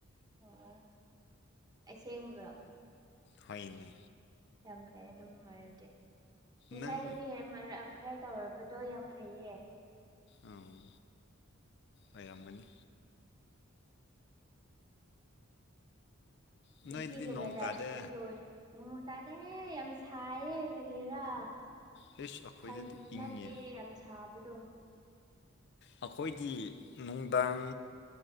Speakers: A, on the right (about 20°); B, on the left (about 55°).
A: ꯑꯣ ꯁꯦ ꯃꯔꯣ
B: ꯍꯅꯦ
A: ꯌꯥꯝ ꯐꯩ ꯑꯗꯨꯝ ꯅꯨꯡꯉꯔꯗꯤ ꯉꯁꯥꯏ
B: ꯅꯪ
A: ꯑꯗꯨꯝ ꯈꯔ ꯇꯧꯔꯕꯗꯣ ꯌꯥꯝ ꯐꯩꯌꯦ
B: ꯑꯥ ꯑꯩꯥꯏꯌꯥꯝꯒꯅꯤ ꯅꯣꯏꯗꯗꯤ
A: ꯁꯤꯒꯕꯗꯔꯁꯤꯗꯤ
B: ꯅꯣꯡ ꯇꯥꯗꯦ
A: ꯂꯣꯏ ꯎ ꯇꯥꯗꯦ ꯌꯥꯝ ꯁꯥꯏꯌꯦ ꯀꯔꯤꯔꯥ
B: ꯏꯁ ꯑꯩꯈꯣꯏꯗꯗꯤ
A: ꯐꯒꯤ ꯅꯠꯇꯦ
B: ꯏꯪꯉꯦ
A: ꯌꯥꯝ ꯁꯥꯕꯗꯣ <unintelligible> <inaudible>
B: ꯑꯩꯈꯣꯏꯒꯤ ꯅꯨꯡꯗꯥꯡ